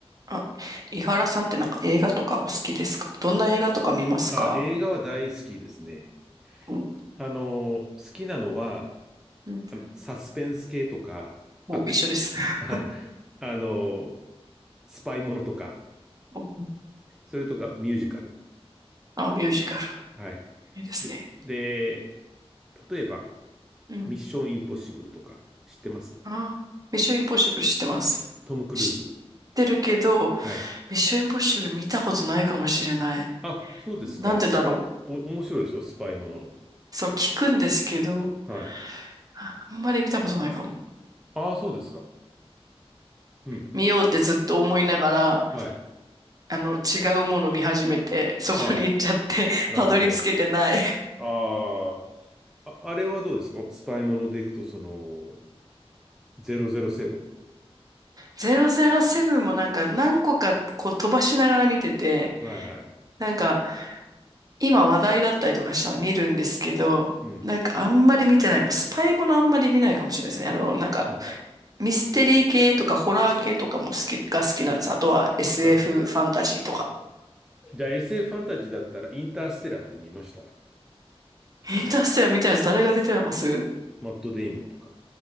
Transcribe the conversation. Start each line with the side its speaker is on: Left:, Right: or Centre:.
Right: あ、井原さんってなんか映画とかお好きですかどんな映画とか見ますか
Centre: あ、映画は大好きですね。
Right: お、
Centre: あの、好きなのは、
Right: うん。
Centre: あの、サスペンス系とか、
Right: もう一緒です。
Centre: アクション、
Right: <laughs>
Centre: <laughs> あの、スパイものとか、
Right: お
Centre: それとかミュージカル。
Right: あ、ミュージカル。
Centre: はい。
Right: いいですね。
Centre: で、で、例えば、
Right: うん。
Centre: ミッションインポッシブルとか、知ってます
Right: あ、ミッションインポッシブル知ってます。
Centre: トム・クルーズ。
Right: 知ってるけど、
Centre: はい。
Right: ミッションインポッシブル見たことないかもしれない。
Centre: あ、そうですか。
Right: なんでだろ
Centre: す、お、面白いでしょスパイも
Right: う。そう聞くんですけど、
Centre: の。はい。
Right: ああんまり見たことないかも。
Centre: ああ、そうですか。うん。
Right: 見ようってずっと思いながら、
Centre: はい。
Right: あの、違うもの見始めて、そこに行っちゃって、
Centre: ああ、
Right: <laughs>
Centre: なるほど。
Right: たどり着けてない。
Centre: ああ、あ、あれはどうですかスパイものでいくと、その、007。
Right: 007もなんか何個かこう飛ばしながら見てて、
Centre: はいはい。
Right: なんか今話題だったりとかしたら見るんですけど、
Centre: うん。
Right: なんかあんまり見てないかも。スパイものあんまり見ないかもしれないですね。あの、なんか
Centre: <laughs> うん
Right: ミステリー系とかホラー系とかも好き、が好きなんです。あとは SF
Centre: なる
Right: フファンタジーとか。
Centre: じゃあ SF フファンタジーだったら、インターステラーって見ました
Right: インターステラー見たやつ誰が出てます
Centre: マット・デイモンとか。